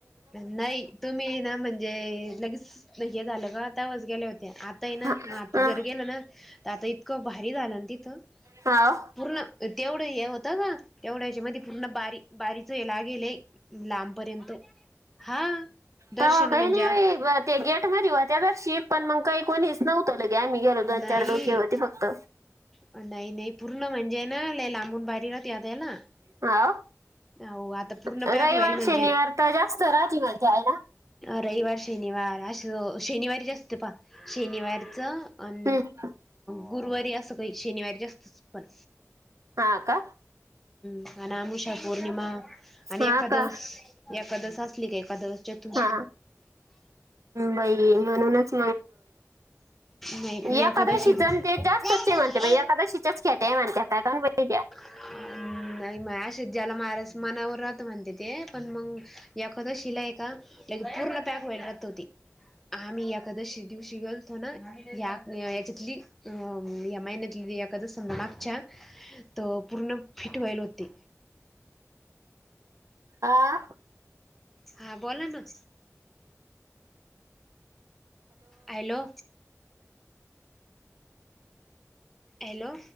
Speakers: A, in the centre; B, on the right.
A: नाही तुम्ही ना म्हणजे लगेच हे झालं का तवाच गेल्या होत्या आता ना
B: हा
A: ग आता जर गेलं ना तर आता इतकं भारी झालं त
B: हा
A: पूर्ण तेवढं हे होत ना तेवढ्याच्या म पूर्ण ब बारी ला गेले लांबपर्यंत हा दर्शन
B: त काही
A: म्हणजे
B: नाही
A: आप
B: ते गेट म हो त्या तर शीट पण मग काही कोणीच नव्हतं ल गे आम्ही गेलो
A: नाही
B: दोन चार डोकी होती फक्त.
A: नाही नाही पूर्ण म्हणजे ना ल लांबून बारीलाात याद्याला
B: हा
A: हो आता पूर्ण
B: रविवार
A: पॅक होईल म्हणजे
B: शनिवार तर जास्त राहते म्हणते आहे ना
A: रविवार, शनिवार असं शनिवारी जा असत पहा शनिवारचं पण
B: हम्म.
A: गुरुवारी असं काही शनिवारी जास्त पण,
B: हा का.
A: अमुषा, पौर्णिमा आणि
B: हा
A: एखादस
B: का
A: एखादस असली का एखकादस चतु
B: हा बाई म्हणूनच
A: नाही
B: एखादशीचण
A: एकादशी झाले
B: ते जास्तचचे म्हनते एखादाशीचच ख्या माणत काय काण बहि द्या
A: अ नाही म अशा ज्याला महारा मनावर राहत म्हणते ते पण मग ते एकादशी य काे पूर्ण पॅक वेलत होती. आम्ही एकादशी दिवशी गेलतो ना या याच्यातली अ या महिन्यातली एकादस मागच्या तर पूर्ण फिट व्हायल होते.
B: आह?
A: हा बोला ना हॅलो हॅलो